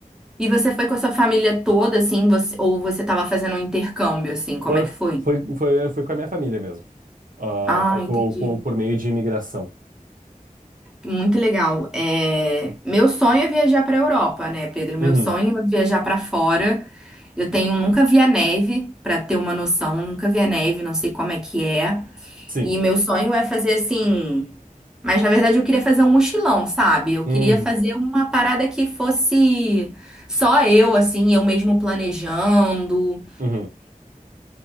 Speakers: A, in the centre; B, on the right (about 70°).
A: E você foi com a sua família toda, assim, você, ou você estava fazendo um intercâmbio, assim? Como
B: Foi,
A: é que foi?
B: foi, foi, foi com a minha família mesmo. Ah,
A: Ah,
B: foi
A: entendi.
B: por, por, por meio de imigração.
A: Muito legal. É, Meu sonho é viajar para a Europa, né, Pedro? Meu
B: Uhum,
A: sonho é viajar para fora. Eu tenho, nunca vi a neve, para ter uma noção, nunca vi a neve, não sei como é que é.
B: sim.
A: E meu sonho é fazer assim. Mas na verdade eu queria fazer um mochilão, sabe? Eu
B: Uhum,
A: queria fazer uma parada que fosse só eu, assim, eu mesmo planejando.
B: uhum.